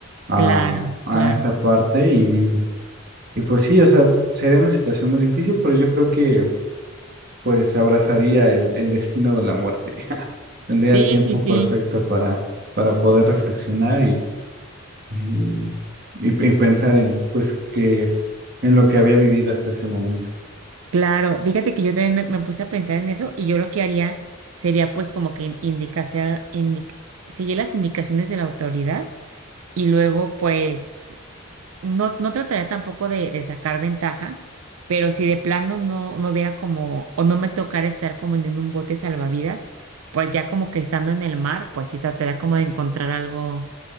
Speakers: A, on the right; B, on the right.
A: a,
B: Claro,
A: a
B: claro.
A: esa parte y, y pues sí, o sea, sería una situación muy difícil, pero yo creo que pues abrazaría el, el destino de la muerte. <laughs> Tendría
B: Sí,
A: el tiempo
B: sí, sí,
A: perfecto para, para poder reflexionar y, y, y y pensar en pues que en lo que había vivido hasta ese momento.
B: claro. Fíjate que yo también me, me puse a pensar en eso y yo lo que haría sería pues como que in- indicasear- indic- seguir las indicaciones de la autoridad y luego pues no, no trataría tampoco de, de sacar ventaja, pero si de plano no, no hubiera como o no me tocara estar como en un bote salvavidas, pues ya como que estando en el mar, pues sí trataría como de encontrar algo